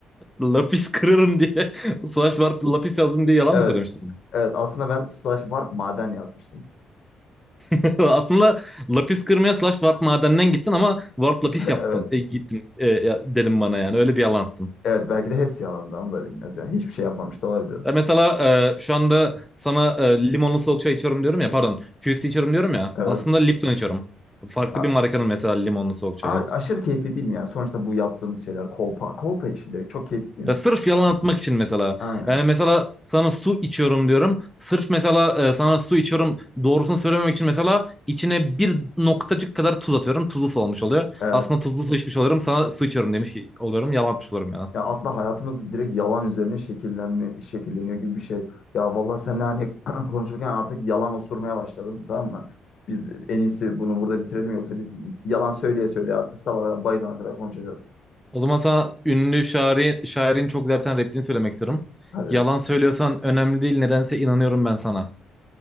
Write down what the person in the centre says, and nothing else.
Lapis kırarım diye. <laughs> Slash var lapis yazdım diye yalan
mı söylemiştim?
<laughs> Aslında lapis kırmaya slash warp madeninden gittin ama warp lapis
yaptım.
E, gittim e, ya- dedim bana yani öyle bir yalan attın.
Ya mesela e, şu anda sana e, limonlu soğuk çay içiyorum diyorum ya pardon Fusi içiyorum diyorum ya
aslında Lipton içiyorum. Farklı
bir markanın mesela limonlu soğuk çayı.
Ya
sırf yalan atmak için mesela.
Yani mesela sana su içiyorum diyorum. Sırf mesela e, sana su içiyorum doğrusunu söylememek için mesela içine bir noktacık kadar tuz atıyorum. Tuzlu su olmuş oluyor.
Aslında tuzlu su içmiş oluyorum. Sana su içiyorum demiş ki oluyorum. Yalan atmış oluyorum yani.
O zaman sana ünlü şairi, şairin çok güzel bir tane repliğini söylemek istiyorum.
Yalan söylüyorsan önemli değil. Nedense inanıyorum ben sana.